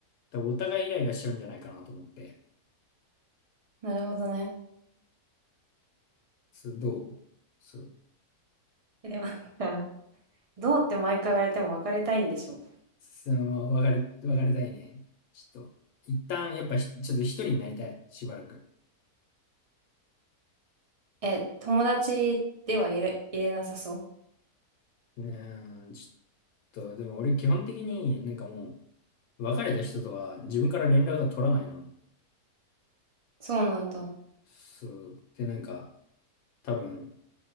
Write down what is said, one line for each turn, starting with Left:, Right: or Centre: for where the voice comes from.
Left: 多分お互いイライラしちゃうんじゃないかなと思って。
Right: なるほどね。
Left: そう、どうそう、
Right: えでもなんか、どうって毎回言われても別れたいんでしょ。
Left: その、別れ、別れたいね。ちょっと、一旦、やっぱひ、ちょっと一人になりたい、しばらく。
Right: え、友達では入れ、入れなさそ
Left: うーん、ちょっと、でも俺基本的になんかもう、別れた人とは自分から連絡が取らないの。
Right: う。そうなんだ。
Left: そう、で、なんか、多分、